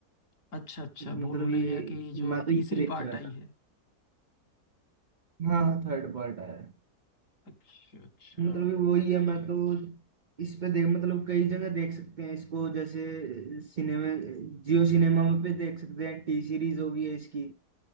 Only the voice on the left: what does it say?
अच्छा अच्छा
भूल भुलैया
की जो
तीसरी
पार्ट
आई
है
अच्छा अच्छा